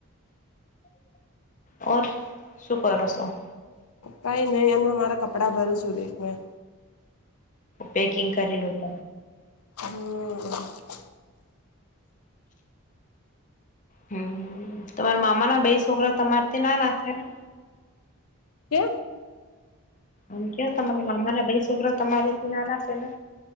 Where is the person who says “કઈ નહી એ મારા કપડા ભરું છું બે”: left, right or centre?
Left